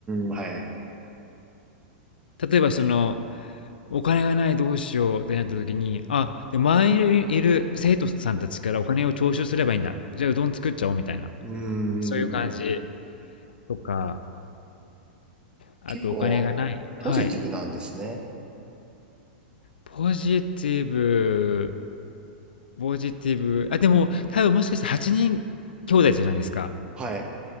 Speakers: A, on the right (about 20°); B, on the left (about 70°).
A: ん、はい。
B: 例えばその、お金がないどうしようってなった時に、あ、で、周りにいる生徒さんたちからお金を徴収すればいいんだ。じゃあうどん作っちゃおうみたいな。
A: うー
B: そういう感じ
A: ん。
B: とか、あとお金がない。
A: 結構、
B: はい。
A: ポジティブなんですね。
B: ポジティブ、ポジティブ。あ、でも多分もしかして8人兄弟じゃないですか。
A: はい。